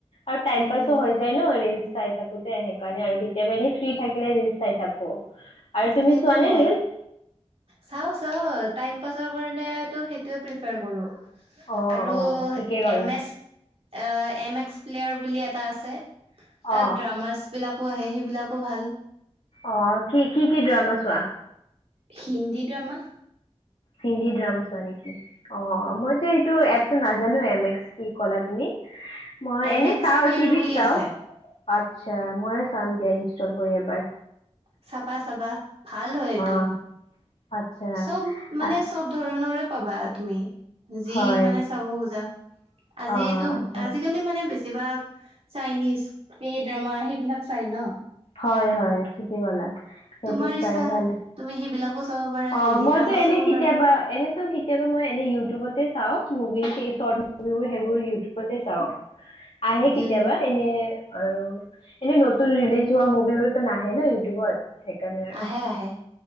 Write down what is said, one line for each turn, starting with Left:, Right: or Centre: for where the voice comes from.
Left: আৰু টাইম
Right: উম
Left: পাচু হৈ যায় ন? ৰিলচ চাই থাকো দে সেইকাৰণে আৰু কেতিয়াবা দি ফ্ৰী থাকিলে ৰিল চাই থাকো আৰু তুমি
Right: সেইটো
Left: চোৱা নে
Right: হয়
Left: ৰীলচ?
Right: চাও চাও টাইম পাছৰ কাৰণে তো সেইটোৱে প্ৰিফাৰ কৰো।
Left: অ
Right: আৰু
Left: অ ঠিকে ক'লা
Right: এম এছ অ এম এক্স প্লেয়াৰ বুলি এটা আছে, তাত
Left: অ
Right: ড্ৰামাছ বিলাক আহে সেইবিলাকো ভাল
Left: অ কি কি কি ড্ৰামা চোৱা?
Right: হিন্দী ড্ৰামা
Left: হিন্দী ড্ৰামা চোৱা নেকি অ মইতো এইটো নাজানো এম এক্স কি কলা, তুমি? মই
Right: এম
Left: এনেই
Right: এক্স
Left: চাওঁ
Right: প্লেয়াৰ
Left: টিভিত
Right: বুলি
Left: চাওঁ
Right: আছে
Left: আচ্ছা মইও চাম দিয়া ইনষ্টল কৰি এবাৰ
Right: চাবা চাবা ভাল হয় এইটো
Left: অ আচ্ছা
Right: চব মানে
Left: আহ
Right: চব ধৰণৰে পাবা তুমি যি
Left: হয়
Right: মানে চাব খোজা আজিতো
Left: অ আচ্ছা
Right: আজিকালি মানে বেছি কিবা চাইনিজ কে ড্ৰামা সেইবিলাক চাই ন,
Left: হয় হয় ঠিকে কলা সেইবোৰ
Right: তোমাৰ
Left: চাই
Right: ইচ্ছা
Left: ভালে
Right: তুমি সেইবিলাকো চাব পাৰা
Left: অ
Right: হিন্দী
Left: মইতো
Right: ড্ৰামাও
Left: এনে
Right: চাব
Left: কেতিয়াবা
Right: পাৰা
Left: এনেতো কেতিয়াবা মই এনে ইউটিউবতে চাও মুভিজ সিই চত মুভিবোৰ সেইবোৰে ইউটিউবত যে চাও আহে কেতিয়াবা
Right: উম
Left: এনে আৰু এনেই নতুন ৰিলিজ হোৱা মুভিবোৰতো নাহে ন ইউটিউবত সেইকাৰণে আৰু
Right: আহে আহে